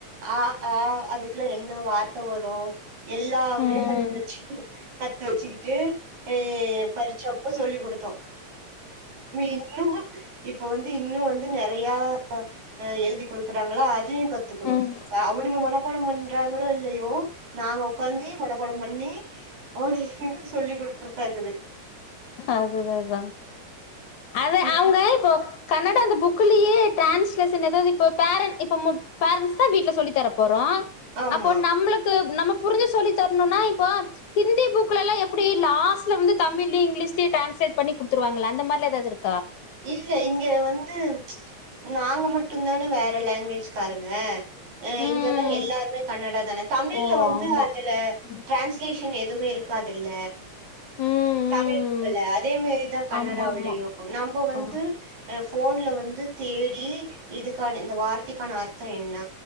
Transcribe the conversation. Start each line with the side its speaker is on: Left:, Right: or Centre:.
Right: அ ஆ அதுக்குள்ள என்ன வார்த்தை வரும் எல்லா மே
Left: ம்
Right: <unintelligible> கத்து வச்சுக்கிட்டு ஹே பறிச்சப்போ சொல்லி கொடுத்தோம் நீ இன்னுமு இப்ப வந்து இன்னும் வந்து நெறையா அ எழுதி கொடுக்குறாங்களா அ அதையும் கத்துக்கடும்னும்
Left: ம்
Right: அவனுங்க மனப்பாடம் பண் பண்றாங்களோ இல்லையோ நாங்க ஒக்காந்தி மன நீ ஓ நீங்களு சொல்லி கொடுக்குறதாக்குது
Left: அதுதான் அதான் அத
Right: இப்
Left: அவங்க இப்போ கன்னடா அந்த புக் உக்குலேயே டிரான்ஸ்லேசன் எதாவது இப்ப பேர்ன் இப்ப ம பேரன்ஸ் தான் வீட்டல சொல்லி தர போறோம்
Right: ஆமா
Left: அப்போ நம்மளுக்கு நமக் புரிஞ்சு சொல்லி தரணும்னா இப்ப ஹிந்தி புக்லெல்லாம் எப்படி லாஸ்ட்ல வந்து தமிழு லஸ்ட்லே ட்ரான்ஸ்லட் பண்ணி குடுத்துருவாங்களா அந்த மாில ஏதாவது இருக்
Right: இல்ல இங்க வந்து நாங்க மட்டும் தானே வேற லாங்குவேஜ் க்காருங்க அஹ்
Left: ம்
Right: இங்கெல்லாம் எல்லாருமே கன்னடா தானே தமிழ்ல
Left: ஓ
Right: வந்து
Left: ஆமா
Right: அதுல
Left: ம்
Right: டிரான்ஸ்லேஷன் எது தும்முயிரு இருக்காதுல்ல
Left: ம்
Right: தமிழ்
Left: ம்
Right: புக்குல அதேமாரிதான் கன்னடாவிலயும்
Left: ஆமா ஆமா
Right: நம் வந்து
Left: ஆ
Right: போன்ல வந்து தேடி இதுக்கான இந்த வார்த்தைக்கான அர்த்தம் என்ன